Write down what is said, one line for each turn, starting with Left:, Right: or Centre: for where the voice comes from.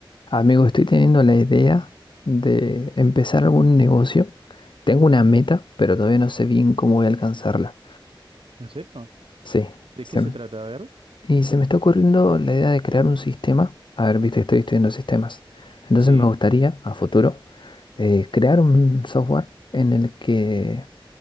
Left: Amigo, estoy teniendo la idea de empezar algún negocio. Tengo una meta, pero todavía no sé bien cómo voy a alcanzarla.
Right: ¿En serio?
Left: Sí,
Right: ¿De
Left: se
Right: qué se
Left: m-
Right: trata? A ver.
Left: y se me está ocurriendo la idea de crear un sistema. A ver, viste, estoy estudiando sistemas. Entonces
Right: Sí.
Left: me gustaría, a futuro, eh, crear un software en el que